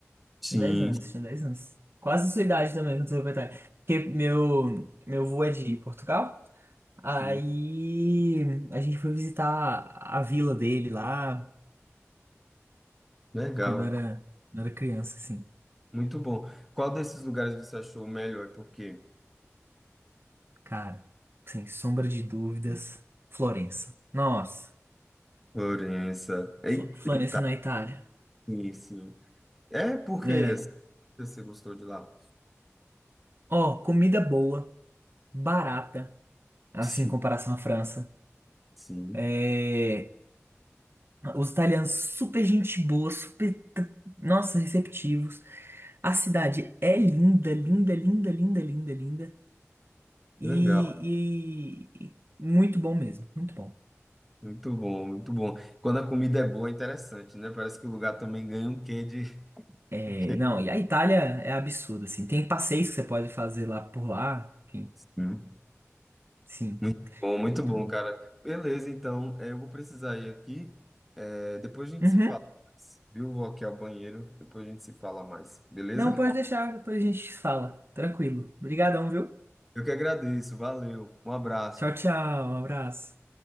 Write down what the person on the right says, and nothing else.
Tinha 10 anos, tinha 10 anos. Quase a sua idade também, quando você foi Porque meu, meu avô é de Portugal. Aí
a gente foi visitar a vila dele lá
quando era, quando era criança, assim.
Cara, sem sombra de dúvidas, Florença. Nossa,
Fl- Florença na Itália.
É.
Ó, comida boa, barata, assim,
em comparação à França.
É, Os italianos super gente boa, super, t- nossa, receptivos. A cidade é linda, linda, linda, linda, linda, linda. E,
e- e muito bom mesmo, muito bom.
É,
não, e a Itália é absurda, assim. Tem passeios que você pode fazer lá por lá, enfim,
sim,
é muito
bom.
Uhum.
Não, pode deixar, depois a gente fala. Tranquilo. Obrigadão, viu?
Tchau, tchau, um abraço.